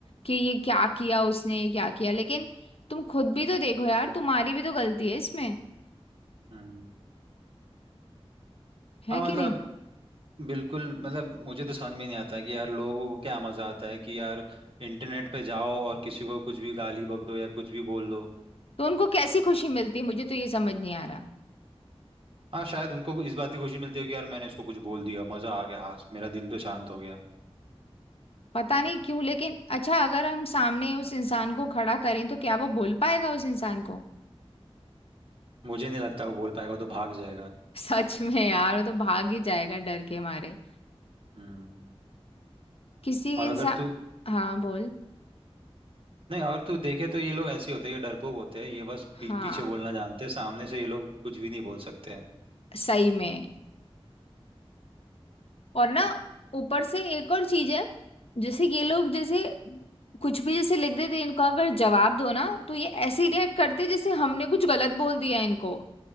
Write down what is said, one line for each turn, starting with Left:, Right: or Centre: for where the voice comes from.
Left: कि ये क्या किया उसने ये क्या किया लेकिन तुम खुद भी तो देखो यार तुम्हारी भी तो गलती है इसमें
Right: हम्म
Left: है
Right: हाँ
Left: कि
Right: मतलब
Left: नहीं
Right: बिल्कुल मतलब मुझे तो समझ में नहीं आता कि यार लोगों को क्या मजा आता है कि यार इंटरनेट पे जाओ और किसी को कुछ भी गाली बक दो या कुछ भी बोल दो
Left: तो उनको कैसी खुशी मिलती मुझे तो ये समझ नहीं आ रहा
Right: हाँ शायद उनको इस बात की खुशी मिलती है कि यार मैंने इसको कुछ बोल दिया मजा आ गया हाँ मेरा दिल तो शांत हो गया
Left: पता नहीं क्यों लेकिन अच्छा अगर हम सामने उस इंसान को खड़ा करें तो क्या वो बोल पाएगा उस इंसान को <laughs>
Right: मुझे नहीं लगता वो बोल पाएगा वो तो भाग जाएगा
Left: सच में यार वो तो भाग ही जाएगा डर के मारे
Right: हम्म
Left: किसी के
Right: और
Left: इंसान
Right: अगर तू
Left: हाँ बोल
Right: नहीं और तू देखे तो ये लोग ऐसे ही होते हैं ये डरपोक होते हैं ये बस पीठ
Left: हाँ
Right: पीछे बोलना जानते हैं सामने से ये लोग कुछ भी नहीं बोल सकते हैं
Left: सही में और ना ऊपर से एक और चीज है जैसे ये लोग जैसे कुछ भी जैसे लिख देते इनको अगर जवाब दो ना तो ये ऐसे रिएक्ट करते जैसे हमने कुछ गलत बोल दिया इनको